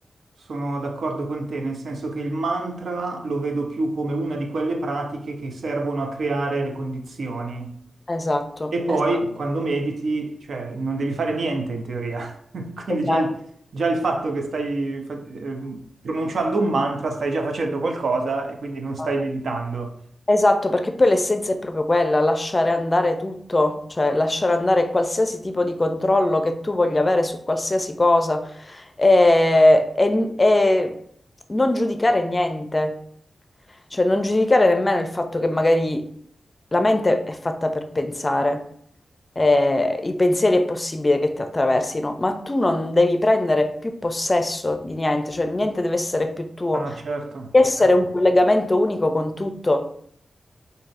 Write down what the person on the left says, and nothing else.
Esatto,
esatto,
esatto.
Eh,
Esatto, perché poi l'essenza è proprio quella, lasciare andare tutto, cioè lasciare andare qualsiasi tipo di controllo che tu voglia avere su qualsiasi cosa e, e- e non giudicare niente, cioè non giudicare nemmeno il fatto che magari la mente è fatta per pensare, eh, i pensieri è possibile che ti attraversino, ma tu non devi prendere più possesso di niente, cioè niente deve essere più tuo,
essere
un collegamento unico con tutto.